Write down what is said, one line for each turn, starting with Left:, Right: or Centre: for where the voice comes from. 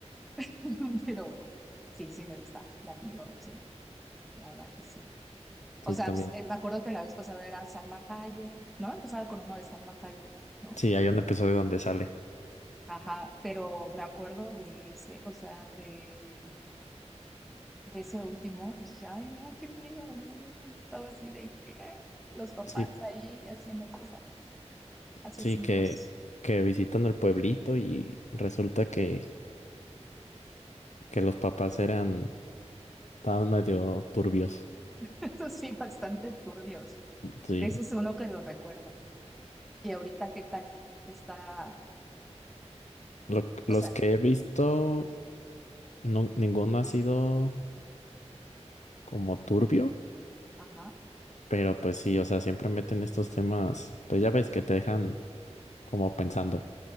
Centre: <laughs> pero sí, sí me gusta Black Mirror, sí, la verdad que sí.
Left: Sí,
Centre: O sea,
Left: también.
Centre: pues, eh, me acuerdo que la vez pasada era Salma Hayek, ¿no? Empezaba con uno de Salma Hayek, ¿no?
Left: Sí, hay un episodio donde sale.
Centre: Ajá, pero me acuerdo de ese, o sea, de de ese último, dije, ay, no, qué miedo, no, no, no, estaba así de que los papás
Left: Sí,
Centre: ahí haciendo cosas, asesinos,
Left: sí, que, que visitan el pueblito y resulta que que los papás eran, estaban medio turbios.
Centre: <laughs> eso sí, bastante turbios.
Left: Sí.
Centre: Ese es uno que lo recuerdo. Y ahorita, ¿qué tal? Está,
Left: Lo-
Centre: o
Left: los
Centre: sea,
Left: que he visto, no, ninguno ha sido como turbio,
Centre: ajá,
Left: pero pues sí, o sea, siempre meten estos temas, pues ya ves que te dejan como pensando